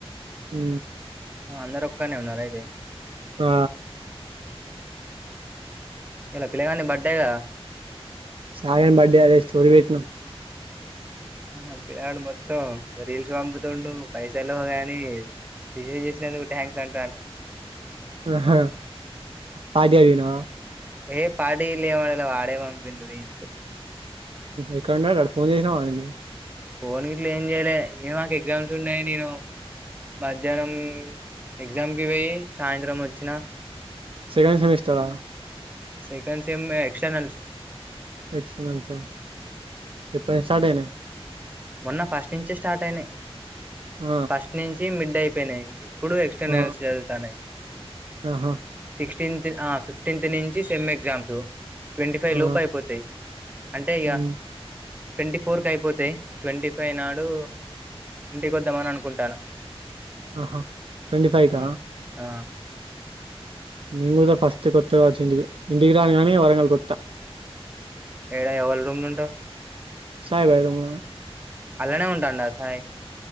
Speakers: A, on the right; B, on the right.
A: హు
B: అందరు ఒక్కనే ఉన్నారు అయితే
A: ఆ
B: ఇలా పిల్లగా బర్డేగా
A: సాయిగన్ బర్డే అదే స్టోరి పెట్టిన
B: ఆహ పిల్లాడు మొత్తం రీల్స్ పంపుతుండు పైసల్లో గాని విషెస్ చేసినందుకు థ్యాంక్స్ అంటాను
A: ఆహా పార్టీ అడిగినవ
B: ఎ పార్టీ ఇలా ఎం అడగలే వాడే పంపిండు రీల్స్
A: ఎక్కడన్నా ఫోన్ చేసినా వాకి
B: ఫోన్ గిట్ల ఏం చేయ్యలే ఇ మాకు ఎగ్జామ్స్ ఉన్నాయి నేను మధ్యాహ్నం ఎగ్జామ్కి పోయి సాయంత్రం వచ్చినా
A: సెకండ్ సెమిస్టరా
B: సేకండ్స్ సేమ్ ఎక్స్టర్నల్స్
A: ఎక్స్టర్నల్స్ ఎప్పటినుండి స్టార్ట్ అయ్యాయి
B: మొన్న ఫస్ట్ నుంచి స్టార్ట్ అయినాయి
A: ఆ
B: ఫస్ట్ నుంచి మిడ్డే అయిపోయినాయి ఇప్పుడు ఎక్స్టెన్న్స్
A: ఆ
B: జరుగుతాన్నాయి
A: ఆహా
B: సిక్స్టీన్త్ ఆ ఫిఫ్టీన్త్ నుంచి సెమ్ ఎగ్జామ్స్ ట్వంటీ ఫైవ్
A: ఆ
B: లోపు అయిపోతాయి అంటే ఇక
A: హ్మ్
B: ట్వంటీ ఫోర్ క అయిపోతాయి ట్వంటీ ఫైవ్ నాడు ఇంటికి పోతమని అనుకుంటాను
A: ఆహా ట్వంటీ ఫైవ్
B: ఉమ్.
A: క
B: ఆ
A: మీ కూడాద ఫస్ట్ కొత్తగా వచ్చిండు ఇడు ఇంటికి రాగానే వరంగల్ కొత్తా
B: ఎడా ఎవళ రూమ్లు ఉంటావు
A: సా బై రమ్
B: అలానే ఉంటాండా సాయి